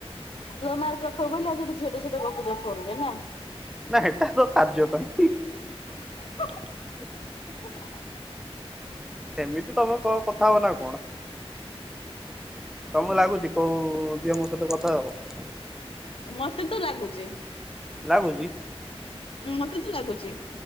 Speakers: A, on the left; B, in the centre.
A: ଭଲ ମାର୍କ ରଖିବ ବୋଲି ଆଜି ଏଠି ଝିଅଟେ ସହିତ ଗପୁଛ ଫୋନ୍ ରେ ନା।
B: ନା ହେଟା ତ କାର୍ଯ୍ୟ ପାଇଁ।
A: <inaudible>
B: <inaudible>
A: <inaudible>
B: ସେମିତି ତମେ କ କଥା ହବନା କଣ। ତମ ଲାଗୁଛି କୋଉ ଜିଅ ମୋ ସହିତ କଥା ହବ।
A: ମତେ ତ ଲାଗୁଚି।
B: ଲାଗୁଛି।
A: ମତେ ତ ଲାଗୁଛି।